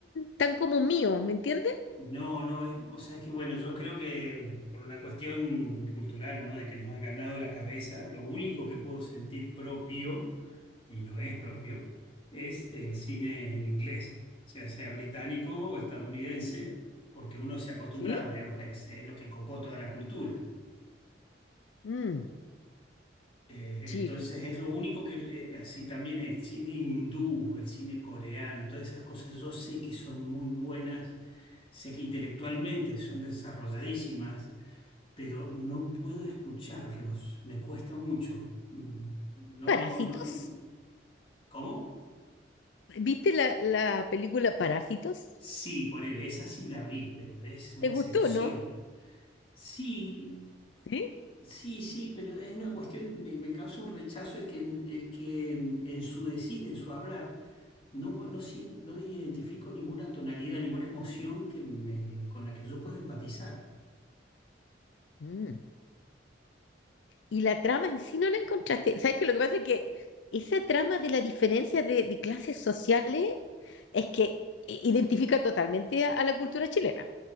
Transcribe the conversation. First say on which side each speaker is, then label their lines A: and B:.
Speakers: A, on the left (about 80°); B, on the left (about 30°).
A: tan como mío, ¿me entiendes?
B: No, no, eh, o sea, es que bueno, yo creo que por una cuestión cultural, ¿no? De que nos han ganado la cabeza, lo único que puedo sentir propio, y no es propio, es el cine en inglés, o sea sea británico o estadounidense, porque uno se ha acostumbrado,
A: ¿Sí?
B: digamos, es, es lo que copó toda la cultura.
A: Mm,
B: Eh,
A: sí.
B: entonces es lo único que, eh, así también el cine hindú, el cine coreano, todas esas cosas yo sé que son muy buenas, sé que intelectualmente son desarrolladísimas pero no puedo escucharlos, me cuesta mucho. Mm, No,
A: Parásitos.
B: no, no. no. ¿Cómo?
A: ¿Viste la, la película Parásitos?
B: Sí, ponele, esa sí la vi, pero es una
A: ¿Te gustó,
B: excepción.
A: no?
B: Sí,
A: ¿Sí?
B: sí, sí, pero es una cuestión, me, me causa un rechazo el que, el que en su decir, en su hablar, no, no, sien- no identifico ninguna tonalidad, ninguna emoción que me, con la que yo pueda empatizar.
A: Mm. Y la trama en sí no la encontraste. ¿Sabes qué? Lo que pasa es que esa trama de la diferencia de, de clases sociales es que i- identifica totalmente a, a la cultura chilena,